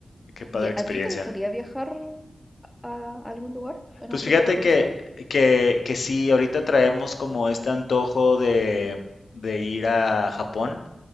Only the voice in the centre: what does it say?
¿Y
a ti te gustaría viajar a algún lugar en
un futuro
próximo?